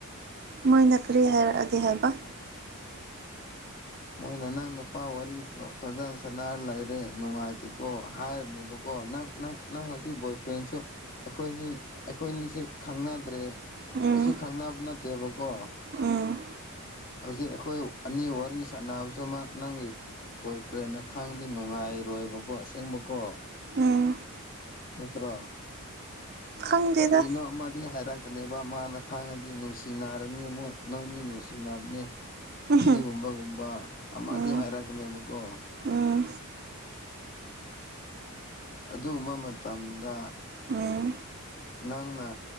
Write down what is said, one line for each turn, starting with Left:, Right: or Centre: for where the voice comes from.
Right: ꯃꯣꯏꯅ ꯀꯔꯤ ꯍꯥꯏꯔꯛꯑꯗꯤ ꯍꯥꯏꯕ
Left: ꯃꯣꯏꯅ ꯅꯪ ꯅꯨꯄꯥ ꯋꯥꯔꯤ ꯐꯖꯅ ꯁꯅꯔ ꯂꯩꯔꯦ ꯅꯨꯡꯉꯥꯏꯇꯦꯀꯣ ꯍꯥꯏꯔꯅꯦꯕꯀꯣ ꯅꯪ ꯅꯪ ꯅꯪ ꯍꯧꯖꯤꯛ ꯕꯣꯏ ꯐ꯭ꯔꯦꯟꯁꯨ ꯑꯩꯈꯣꯏꯅꯤ ꯑꯩꯈꯣꯏꯅꯤꯁꯦ ꯈꯪꯅꯗ꯭ꯔꯦ
Right: ꯎꯝ
Left: ꯀꯩꯁꯨ ꯈꯪꯅꯕ ꯅꯠꯇꯦꯕꯀꯣ
Right: ꯎꯝ
Left: ꯍꯧꯖꯤꯛ ꯑꯩꯈꯣꯏ ꯑꯅꯤ ꯋꯥꯔꯤ ꯁꯥꯟꯅꯕꯁꯨ ꯑꯃ ꯅꯪꯒꯤ ꯕꯣꯏ ꯐ꯭ꯔꯦꯟꯅ ꯈꯪꯗꯤꯦ ꯅꯨꯡꯉꯥꯏꯔꯣꯏꯕꯀꯣ ꯑꯁꯦꯡꯕꯀꯣ
Right: ꯎꯝ
Left: ꯅꯠꯇ꯭ꯔꯣ
Right: ꯈꯪꯗꯦꯗ
Left: ꯀꯔꯤꯅꯣ ꯃꯥꯗꯤ ꯍꯥꯏꯔ ꯀꯅꯦꯕ ꯃꯥꯅ ꯈꯥꯡꯉꯗꯤ ꯅꯨꯡꯁꯤ ꯅꯥꯔꯅꯤꯣꯏ ꯅꯣꯏꯅꯤ ꯅꯨꯡꯁꯤꯕꯅꯦ
Right: ꯎꯝ
Left: ꯑꯁꯤꯒꯨꯝꯕꯒꯨꯝꯕ ꯑꯃꯗꯤ
Right: ꯎꯝ
Left: ꯍꯥꯏꯔꯛꯀꯅꯦꯕꯀꯣ
Right: ꯎꯝ
Left: ꯑꯗꯨꯒꯨꯝꯕ ꯃꯇꯝꯗ
Right: ꯎꯝ
Left: ꯅꯪꯅ